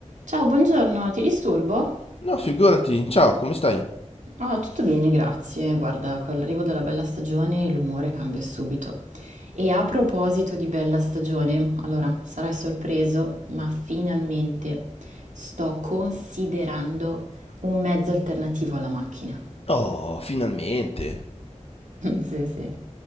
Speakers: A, on the right; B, on the left.
A: Ciao, buongiorno, ti disturbo?
B: No, figurati. Ciao, come stai?
A: Ah, tutto bene, grazie. Guarda, con l'arrivo della bella stagione l'umore cambia subito. E a proposito di bella stagione, allora, sarai sorpreso, ma finalmente sto considerando un mezzo alternativo alla macchina.
B: Oh, finalmente.
A: <laughs> Sì, sì.